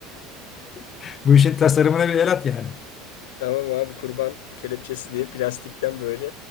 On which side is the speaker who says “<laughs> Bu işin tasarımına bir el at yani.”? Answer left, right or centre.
Left